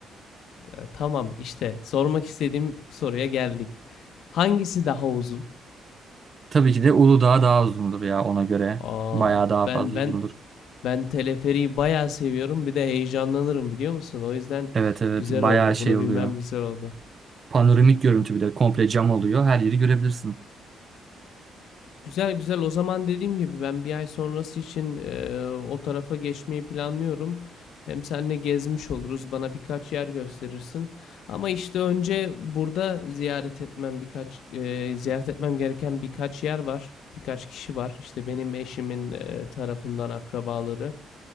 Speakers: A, on the left; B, on the right.
A: E, tamam işte sormak istediğim soruya geldik. Hangisi daha uzun?
B: Tabii ki de Uludağ daha uzundur ya ona göre.
A: Aa,
B: Bayağı daha
A: ben
B: fazla
A: ben
B: uzundur.
A: ben teleferiği bayağı seviyorum. Bir de heyecanlanırım biliyor musun? O yüzden
B: Evet evet
A: güzel
B: bayağı
A: oldu.
B: şey
A: Bunu
B: oluyor.
A: bilmem güzel oldu.
B: Panoramik görüntü bir de komple cam oluyor. Her yeri görebilirsin.
A: Güzel güzel. O zaman dediğim gibi ben bir ay sonrası için e, o tarafa geçmeyi planlıyorum. Hem seninle gezmiş oluruz. Bana birkaç yer gösterirsin. Ama işte önce burada ziyaret etmem birkaç e, ziyaret etmem gereken birkaç yer var. Birkaç kişi var. İşte benim eşimin e, tarafından akrabaları.